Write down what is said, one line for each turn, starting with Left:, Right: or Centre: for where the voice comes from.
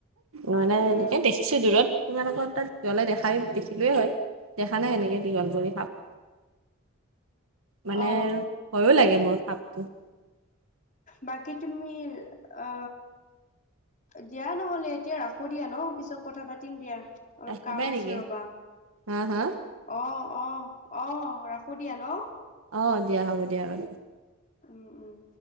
Right: মানে
Left: উম
Right: এনেকে দেখিছোঁ দূৰত তোমালোকৰ তাত যালে দেখাই দেখিলোৱেই হয়। দেখা নাই এনেক দীঘল কৰি সাপ মানে
Left: অ
Right: আৰু ভয়ো লাগে মোৰ সাপটো
Left: বাকি তুমি অ দিয়া নহলে এতিয়া ৰাখো দিয়া ন পিছত কথা পাতিম দিয়া। অলপ
Right: ৰাখিবাই
Left: কাম আছে
Right: নেকি
Left: ৰ'বা
Right: হা, হা
Left: অ অ অ ৰাখো দিয়া ন।
Right: অ দিয়া হ'ব দিয়া বাৰু
Left: উম উম